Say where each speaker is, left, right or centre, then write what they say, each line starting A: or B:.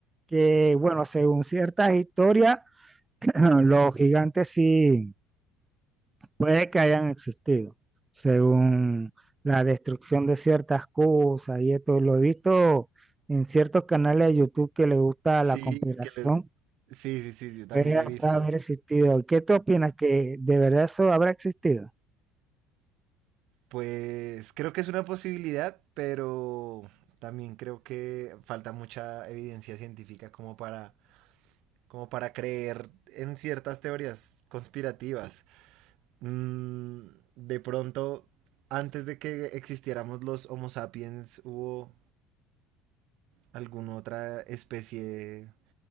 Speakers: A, on the right (about 15°); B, on the right (about 65°).
A: que, bueno, según ciertas historias, <clears throat> los gigantes sí puede que hayan existido, según la destrucción de ciertas cosas y esto lo he visto en ciertos canales de YouTube que les gusta
B: Sí,
A: la conspiración,
B: que les- sí, sí, sí, yo también
A: puede
B: he
A: hasta
B: visto.
A: haber existido. ¿Qué tú opinas que de verdad eso habrá existido?
B: Pues creo que es una posibilidad, pero también creo que falta mucha evidencia científica como para, como para creer en ciertas teorías conspirativas. Mm, de pronto, antes de que existiéramos los Homo sapiens, hubo alguna otra especie